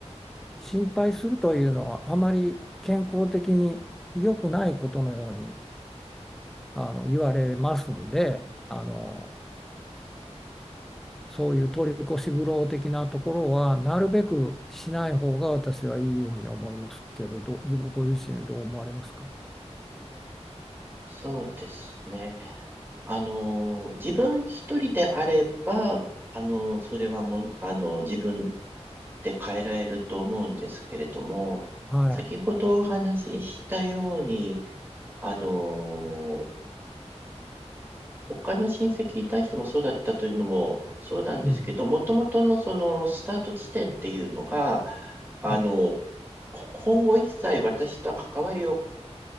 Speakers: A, in the centre; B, on the right.
A: 心配するというのはあまり健康的に良くないことのようにあの言われますんであのそういう取り越し苦労的なところはなるべくしない方が私はいいように思いますけど、どう、自分ご自身どう思われますか
B: そうですね。あのー、自分一人であれば、あのー、それはもう、あのー、自分って変えられると思うんですけれども、
A: はい。
B: 先ほどお話ししたように、あの、他の親戚に対してもそうだったというのもそうなんですけど、
A: うん。
B: もともとのそのスタート地点っていうのが、あの、
A: ええ。
B: こ今後一切私とは関わりを